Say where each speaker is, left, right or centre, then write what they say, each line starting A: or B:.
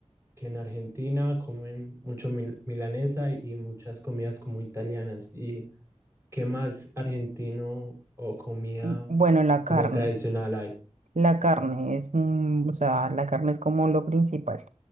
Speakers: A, on the right; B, on the right.
A: que en Argentina comen mucho mil- milanesa y muchas comidas como italianas. ¿Y qué más argentino o comida
B: Mm, Bueno, la
A: como
B: carne,
A: tradicional hay?
B: la carne es, un- o sea, la carne es como lo principal.